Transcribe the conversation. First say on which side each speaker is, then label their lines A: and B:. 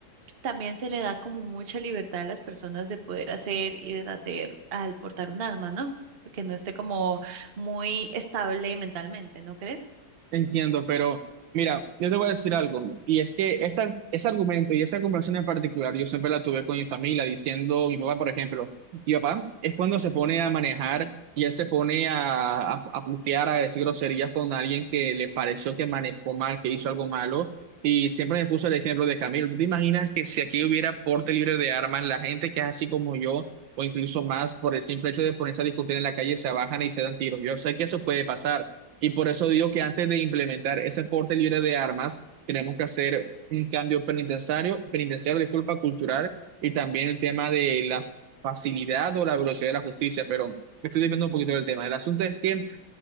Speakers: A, on the right (about 40°); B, on the right (about 75°).
A: también se le da como mucha libertad a las personas de poder hacer y deshacer al portar un arma, ¿no? Que no esté como muy estable mentalmente, ¿no crees?
B: Entiendo, pero mira, yo te voy a decir algo, y es que esa, ese argumento y esa conversación en particular, yo siempre la tuve con mi familia, diciendo, mi papá, por ejemplo, mi papá es cuando se pone a manejar y él se pone a, a, a putear, a decir groserías con alguien que le pareció que manejó mal, que hizo algo malo, y siempre me puso el ejemplo de Camilo. ¿Tú te imaginas que si aquí hubiera porte libre de armas, la gente que es así como yo, o incluso más, por el simple hecho de ponerse a discutir en la calle, se bajan y se dan tiros? Yo sé que eso puede pasar. Y por eso digo que antes de implementar ese porte libre de armas, tenemos que hacer un cambio penitenciario, penitenciario, disculpa, cultural, y también el tema de la facilidad o la velocidad de la justicia. Pero me estoy desviando un poquito del tema. El asunto es que